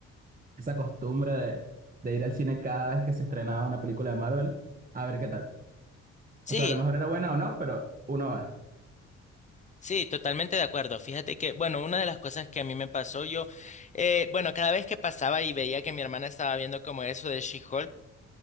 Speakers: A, on the right; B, on the left.
A: esa costumbre de, de ir al cine cada vez que se estrenaba una película de Marvel a ver qué tal.
B: Sí,
A: O sea, a lo mejor era buena o no, pero uno va.
B: sí, totalmente de acuerdo. Fíjate que, bueno, una de las cosas que a mí me pasó, yo, eh, bueno, cada vez que pasaba y veía que mi hermana estaba viendo como eso de She-Hulk,